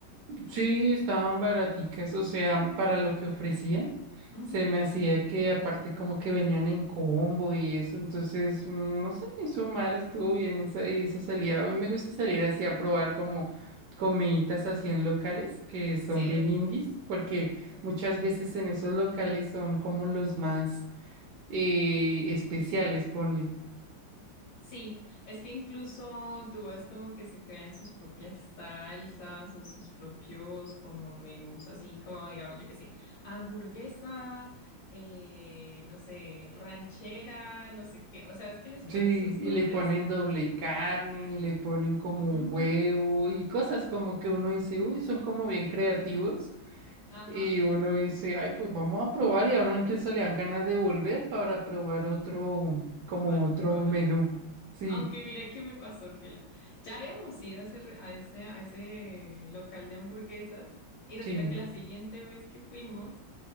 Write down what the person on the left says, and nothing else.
Ujú.
Sí.
sí.
Sí, es que incluso tú ves como que se crean sus propias salsas o sus propios como menús así como digamos yo qué sé, hamburguesa, eh, no sé, ranchera, no sé qué, o sea, es que les ponen
sus
nombres,
ujú,
ajá,
para
probar
otras.
Aunque mira qué me pasó que la... ya habíamos ido a ese, re- a ese, a ese local de hamburguesas y
hasta que la siguiente vez que fuimos